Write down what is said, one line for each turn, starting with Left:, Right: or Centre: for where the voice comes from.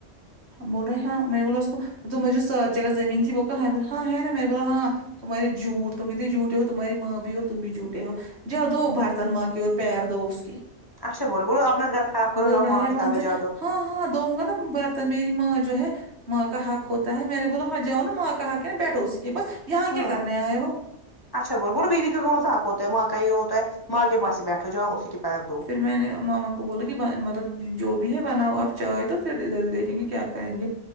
Right: ہم بولے ہاں میں بولا اس کو تو مجھے س جگہ زمین تھی وہ کہاں ہے ہاں ہے نا میرے بو ہاں تمہارے جھوٹ تم اتنے جھوٹے ہو تمہاری ماں بھی اور تم بھی جھٹے ہو جا دھو برتن ماں کے اور پیر دھو اس کے
Left: اچھا بولو بولو اپنا گھر خراب کرو
Right: بول
Left: جاؤ
Right: رہا
Left: ماں
Right: ہے
Left: کے
Right: وہاں
Left: تال میں
Right: سے
Left: چاٹو
Right: ہاں ہاں دھوؤ گا نا ب میری ماں جو ہے ماں کا حق ہوتا ہے میں نے بولا ہاں جاؤ نا ماں کا حق ہے نا بیٹھو اسی کے پاس یہاں
Left: ہوں
Right: کیا کرنے آئے ہو
Left: اچھا بول بولو بیوی کا کون حق ہوتا ہے ماں کا یہ ہوتا ہے ماں کے پاس بیٹھو جاؤ اسی کے پیر دو
Right: پھر میں نے ماما کو بولا کہ مطلب جو بھی ہے بناؤ آپ چائے تو پھر ادھر دیکھیں گے کیا کریں گے